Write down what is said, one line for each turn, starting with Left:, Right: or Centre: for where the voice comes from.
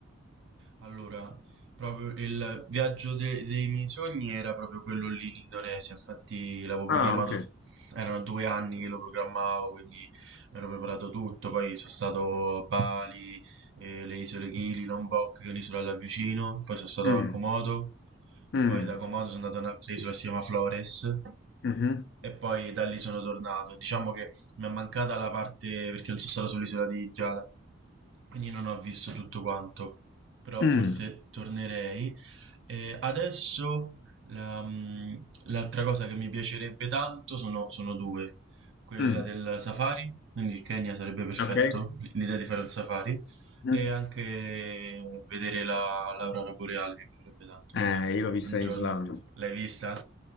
Right: Allora, proprio il viaggio de- dei miei sogni era proprio quello lì in Indonesia, infatti l'avevo programmato,
Left: Ah, ok.
Right: erano due anni che lo programmavo, quindi mi ero preparato tutto, poi sono stato a Bali, eh, le isole Gili, Lombok, che è un'isola là vicino, poi sono stato
Left: Mm,
Right: a Komodo,
Left: mm,
Right: poi da Komodo sono andato a un'altra isola che si chiama Flores,
Left: mhm,
Right: e poi da lì sono tornato. Diciamo che mi è mancata la parte perché non sono stato sull'isola di Giada, quindi non ho visto tutto quanto però
Left: mm,
Right: forse tornerei. E adesso la, mm, l'altra cosa che mi piacerebbe tanto sono, sono due. Quella
Left: mm.
Right: del safari, quindi il Kenya sarebbe perfetto,
Left: Ok.
Right: l'idea di fare un safari,
Left: Mhm.
Right: e anche vedere la, l'aurora boreale mi piacerebbe tanto,
Left: Eh,
Right: quindi
Left: io l'ho vista
Right: un giorno
Left: in Islanda.
Right: l'hai vista?